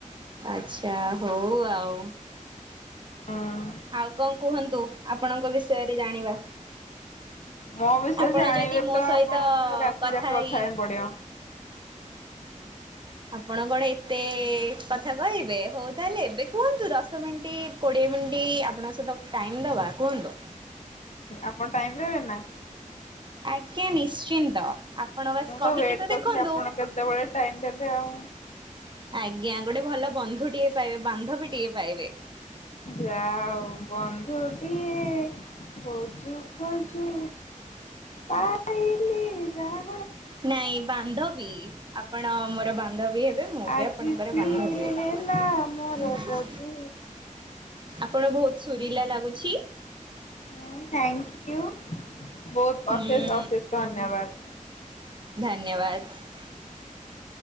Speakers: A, on the right (about 35°); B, on the left (about 60°).
A: ଆଚ୍ଛା ହଉ ଆଉ।
B: ହଁ।
A: ଆଉ କଣ କୁହନ୍ତୁ ଆପଣଙ୍କ ବିଷୟରେ ଜାଣିବା।
B: ମୋ ବିଷୟରେ
A: ଆପଣ
B: ଜାଣିବେ
A: ଯଦି ମୋ
B: ତ
A: ସହିତ
B: ଆପଣଙ୍କୁ ରାତି
A: କଥା
B: ଯାକ
A: ହେଇ
B: ହେବାକୁ ପଡିବ।
A: ଆପଣ କଣ ଏତେ କଥା କହିବେ ହଉ ତାହେଲେ ଏବେ କୁହନ୍ତୁ ଦଶ ମିନିଟ୍ କୋଡିଏ ମିନିଟ୍ ଆପଣଙ୍କ ସହିତ ଟାଇମ୍ ଦବା କୁହନ୍ତୁ।
B: ଆପଣ ଟାଇମ୍ ଦେବେ ନା?
A: ଆଜ୍ଞା ନିଶ୍ଚିନ୍ତ। ଆପଣ ବାସ୍
B: ମୁଁ
A: କହିକି
B: ତ ୱେଟ୍ କରୁଥିଲି
A: ଦେଖନ୍ତୁ।
B: ଆପଣ କେତେବେଳେ ଟାଇମ୍ ଦେବେ ଆଉ
A: ଆଜ୍ଞା ଗୋଟେ ଭଲ ବନ୍ଧୁଟିଏ ପାଇବେ ବାନ୍ଧବୀଟିଏ ପାଇବେ।
B: ଯାହା ହେଉ ବନ୍ଧୁଟିଏ ଖୋଜୁ ଖୋଜୁ ପାଇଲି ଯାଆ
A: ନାଇଁ ବାନ୍ଧବୀ, ଆପଣ ମୋର ବାନ୍ଧବୀ ହେ ହେବେ, ମୁଁ
B: ଆଜି
A: ବି ଆପଣଙ୍କର
B: ସିଏ
A: ବାନ୍ଧବୀ ହେବି।
B: ହେଲା ମୋର ବଧୁ।
A: ଆପଣ ବହୁତ ସୁୁରିଲା ଲାଗୁଛି।
B: ଉଁ ଥ୍ୟାଙ୍କ୍ ୟୁ ବହୁତ
A: ହୁଁ
B: ଅଶେଷ୍ ଅଶେଷ୍ ଧନ୍ୟବାଦ।
A: ଧନ୍ୟବାଦ।